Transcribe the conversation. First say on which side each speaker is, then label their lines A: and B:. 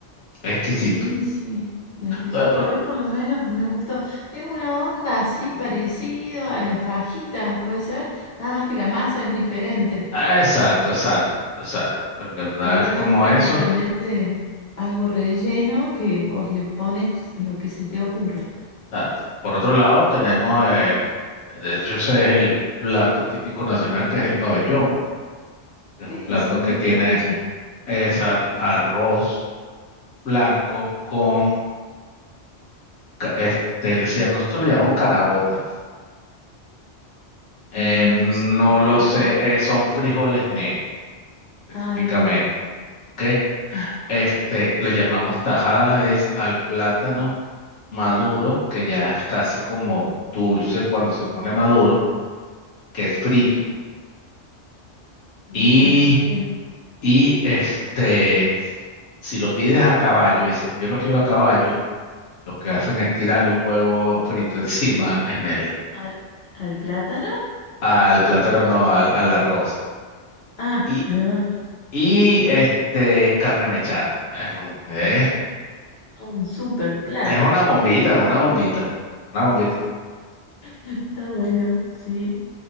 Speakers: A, on the left (about 90°); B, on the left (about 60°).
A: es exquisito.
B: Sí, sí. La que yo
A: Eh,
B: probé
A: pero-
B: por lo menos me gustó. Es una onda así parecido a las fajitas, puede ser. Nada más que la masa es diferente.
A: ah, Exacto, exacto, exacto. En verdad
B: Pero
A: es
B: es
A: como
B: prácticamente
A: eso,
B: algo relleno que vos le pones lo que se te ocurra.
A: exacto. Por otro lado, tenemos el, de hecho ese es el plato típico nacional que es el pabellón, que
B: ¿Qué
A: es un
B: es
A: plato
B: eso?
A: que
B: Nunca
A: tiene
B: escuché.
A: es ar- arroz blanco con, ca- este, le se- nosotros le llamamos caraotas. Eh,
B: Mm,
A: no
B: No sé qué es
A: lo
B: caraota.
A: sé, eh, son frijoles negros específicamente.
B: Ah, bien.
A: ¿ok?
B: Ah,
A: Este, le llamamos tajada es al plátano maduro, que ya es casi como dulce cuando se pone maduro, que es frito.
B: bien.
A: Y,
B: Es
A: y este, si lo pides a caballo, dice, yo lo quiero a caballo, lo que hacen es tirarle un huevo frito <laughs> encima en el,
B: a- ¿Al plátano?
A: al plátano, no, al, al arroz.
B: Ah,
A: Y,
B: ahí va.
A: y este, carne mechada. Es un- eh,
B: A Un super plato.
A: es una bombita, es una bombita, una bombita.
B: Está bueno, sí.